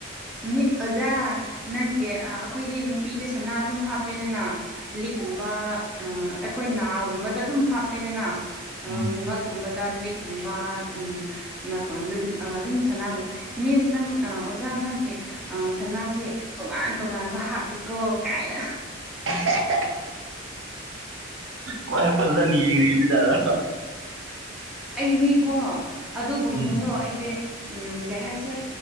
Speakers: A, in the centre; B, on the right.
A: ꯃꯤ ꯑꯣꯖꯥ ꯅꯪꯒꯤ ꯑꯩꯈꯣꯏꯗꯤ ꯅꯨꯄꯤꯗꯤ ꯁꯅꯥ ꯑꯗꯨꯝ ꯍꯥꯞꯄꯦꯗꯅ ꯂꯤꯛꯀꯨꯝꯕ ꯑꯩꯈꯣꯏ ꯅꯥꯒꯨꯝꯕꯗ ꯑꯗꯨꯝ ꯍꯥꯞꯄꯦꯗꯅ
B: ꯎꯝ
A: ꯉꯛꯀꯨꯝꯕꯗ ꯂꯤꯛ ꯒꯨꯝꯕ ꯎꯝ ꯅꯀꯣ ꯑꯗꯨꯝ ꯁꯅꯥꯒꯨꯝꯕ ꯃꯤꯁ ꯅꯪ ꯑꯣꯖꯥ ꯅꯪꯒꯤ ꯑꯥ ꯁꯅꯥꯁꯦ ꯇꯣꯉꯥꯟ ꯇꯣꯉꯥꯟꯕ ꯍꯥꯞꯂꯤꯀꯣ ꯀꯥꯏꯅ
B: <unintelligible> ꯃꯣꯏ ꯐꯖꯅ ꯌꯦꯡꯉꯤꯁꯥꯔꯣ
A: ꯑꯩꯗꯤꯀꯣ ꯑꯗꯨꯒꯨꯝꯕꯗꯣ
B: ꯎꯝ
A: ꯑꯩꯗꯤ ꯎꯝ ꯀꯩ ꯍꯥꯏꯁꯤꯔꯥ